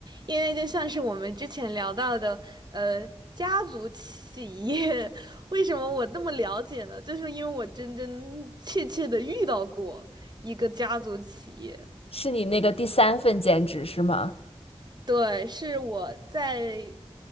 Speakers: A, on the right; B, on the left.
A: 因为就像是我们之前聊到的，呃，家族企业，<laughs> 为什么我那么了解呢？就是因为我真真切切的遇到过一个家族企业，
B: 是你那个第三份兼职是吗？
A: 对，是我在，